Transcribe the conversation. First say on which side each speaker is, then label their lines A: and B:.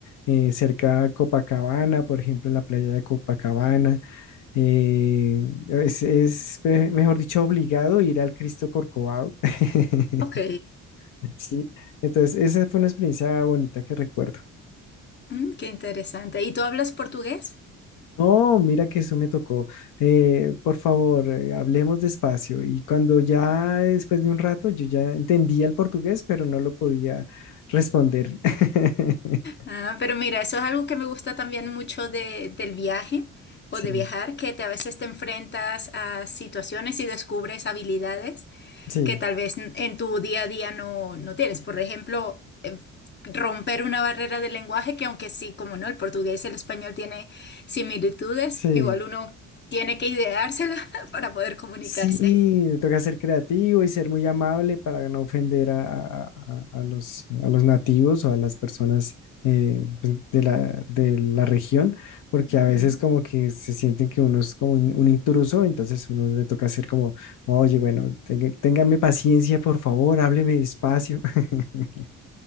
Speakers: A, on the left; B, on the left.
A: eh, cerca a Copacabana, por ejemplo, en la playa de Copacabana. Eh, es, es, eh, mejor dicho, obligado ir al Cristo Corcovado. <laughs>
B: Ok.
A: Sí, entonces esa fue una experiencia bonita que recuerdo.
B: Mm, qué interesante. ¿Y tú hablas portugués?
A: No, mira que eso me tocó. Eh, por favor, eh, hablemos despacio. Y cuando ya después de un rato yo ya entendía el portugués, pero no lo podía responder.
B: Mm.
A: <laughs>
B: Ah, pero mira, eso es algo que me gusta también mucho de, del viaje o
A: Sí,
B: de viajar, que te, a veces te enfrentas a situaciones y descubres habilidades
A: sí,
B: que tal vez n- en tu día a día no, no tienes. Por ejemplo, eh, romper una barrera del lenguaje que aunque sí, como no, el portugués y el español tiene similitudes,
A: sí.
B: igual uno tiene que ideársela <laughs> para poder comunicarse.
A: Sí, te toca ser creativo y ser muy amable para no ofender a, a- a- a los, a los nativos o a las personas eh, pues, de la, de la región, porque
B: Ujú.
A: a veces como que se sienten que uno es como un, un intruso, entonces uno le toca ser como, oye, bueno, tenga- téngame paciencia, por favor, hábleme despacio. <laughs>